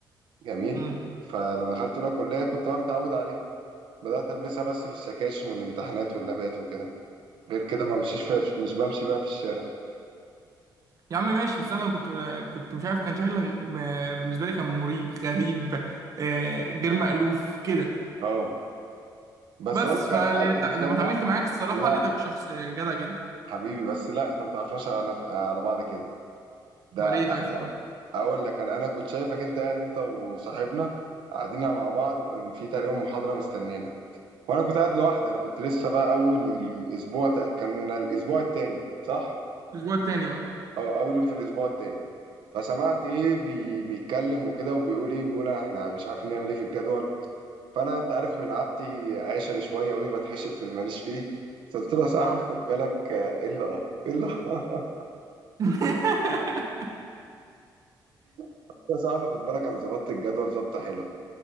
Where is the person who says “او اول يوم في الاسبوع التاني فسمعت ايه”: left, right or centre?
Right